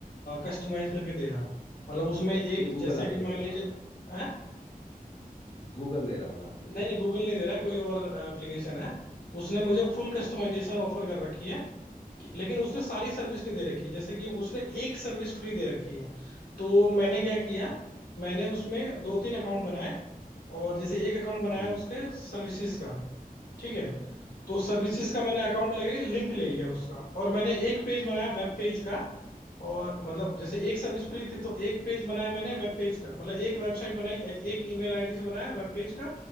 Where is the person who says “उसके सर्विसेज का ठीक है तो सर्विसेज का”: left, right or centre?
Left